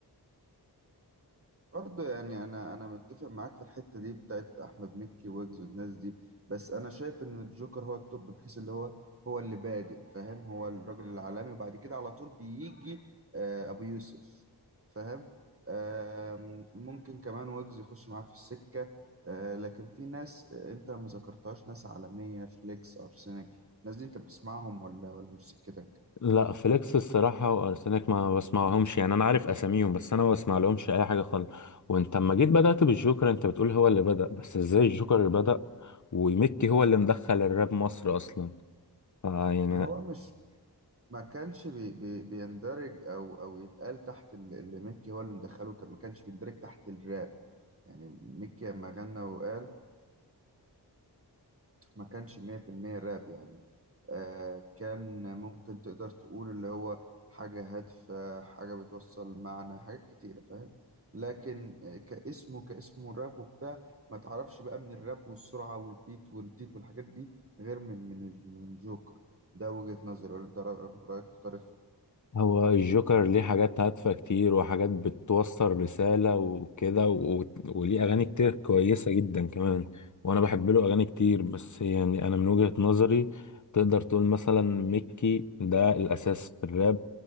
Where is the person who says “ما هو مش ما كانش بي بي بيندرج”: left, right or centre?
Right